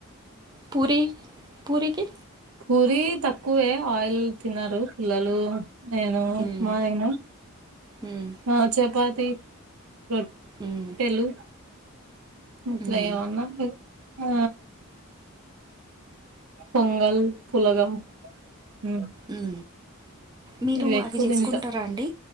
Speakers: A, on the right (about 20°); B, on the right (about 70°).
A: పూరి పూరికి
B: పూరీ తక్కువే ఆయిల్ తిన్నారు పిల్లలు నేను
A: మ్మ్
B: ఉప్మా అయిన
A: మ్మ్
B: ఆ చపాతి రొట్టెలు
A: మ్మ్
B: ఇట్లా
A: మ్మ్
B: ఏమన్నా ఆ పొంగల్ పులగం ఉమ్
A: ఉ మీరు
B: ఇవి ఎక్కువ
A: అవి చేసుకుంటారా
B: తింటా
A: అండి